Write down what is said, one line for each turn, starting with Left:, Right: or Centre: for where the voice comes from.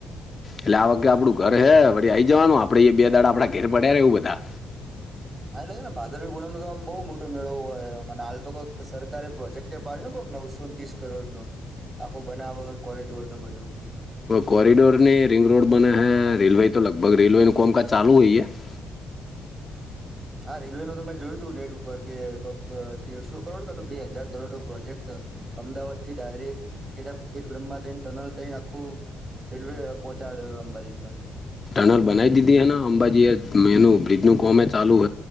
Left: એટલે આ વખતે આપડું ઘર હે વળ આઈ જવાનું આપડે બે દાડા આપડા ઘેર પડ્યાે એવું બધા.
Right: હ હા એ લાગે ને બાજર ગુનાવામાં બહુ મોટો મેળવો હોય મ હાલ તો કઈક સરકારે પ્રોજેક્ટ પાડ્યો કહ નવસોને ત્રીસ કરોડ નો આખો બનાવ વગર કોરિડોર નો બધુ
Left: કોરિડોર ની રિંગ રોડ બને હૈ રેલવે તો લગભગ રેલવે નનું કોમકાજ ચાલુ હોય, હે.
Right: હા રેલવે નો તો મેં જોયું તું નેટ ઉપર કે કક તેરસો કરોડ ક તો બે હજાર, કરોડ નો પ્રોજેક્ટ. અમદાવાદ થી ડાયરેક્ટ ખેડા ખેડ બ્રહ્મા થઈને ટનલ થઈને આખુ રેલવે પોહોચાડ્યો અંબાજી ગણ.
Left: ટનલ બનાવી દીધી હ ને અંબાજી એ એનું બ્રિજનું કોમે ચાલુ હ